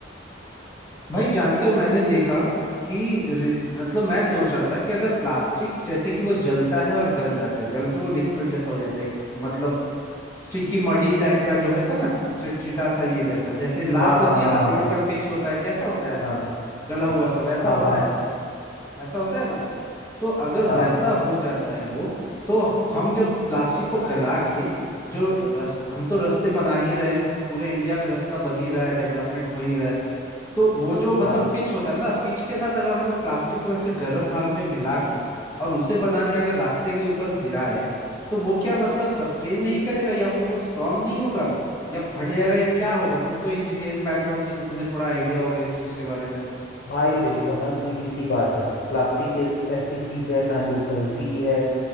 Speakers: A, on the left; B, on the left.
A: भाई जानते हो मैंने देखा कि रि- मतलब मैं सोच रहा था कि अगर प्लास्टिक जैसे कि वो जलता है और गल जाता है गल के वो लिक्विड जैसा हो जाता है मतलब स्टिकी मडी टाइप का जो होता है ना चिटचिटा सा ये जैसा जैसे लाख
B: हाँ
A: होती
B: हाँ
A: है
B: हाँ
A: ना रोड का पिच होता है कैसा होता है
B: हाँ
A: गला हुआ सा वैसा
B: हाँ
A: होता
B: हाँ हाँ
A: है वैसा होता है ना तो अगर
B: हाँ
A: वैसा हो जाता है वो तो हम जब प्लास्टिक को गला के जो रस हम तो रास्ते बना ही रहे हैं पूरे इंडिया में रास्ता बन ही रहा है डेवलपमेंट हो ही रहा है तो वो जो मतलब
B: हाँ
A: पिच होता है ना पिच के साथ अगर हम लोग प्लास्टिक को वैसे गर्म हाल में मिला के और उसे बना के अगर रास्ते के ऊपर गिराए तो वो क्या मतलब सस्टेन नहीं करेगा या फिर वो स्ट्रांग नहीं होगा या फट जाएगा या क्या होगा तुम तो इंजीनियरिंग बैकग्राउंड से तो तुम्हें थोड़ा आइडिया होगा इस चीज के बारे में
B: भाई देखो ना सीधी सी बात है प्लास्टिक इस ऐसी चीज़ है ना जो गलती है